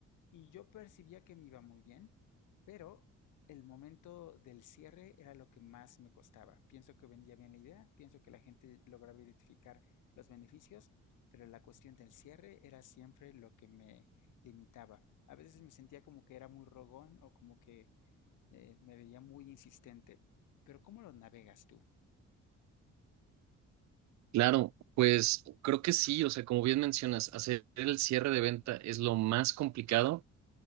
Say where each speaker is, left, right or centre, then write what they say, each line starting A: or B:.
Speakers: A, on the left; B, on the right.
A: y yo percibía que me iba muy bien, pero el momento del cierre era lo que más me costaba. Pienso que vendía bien la idea, pienso que la gente lograba identificar los beneficios, pero la cuestión del cierre era siempre lo que me limitaba. A veces me sentía como que era muy rogón o como que eh, me veía muy insistente. Pero ¿cómo lo navegas tú?
B: Claro, pues creo que sí, o sea, como bien mencionas, hacer el cierre de venta es lo más complicado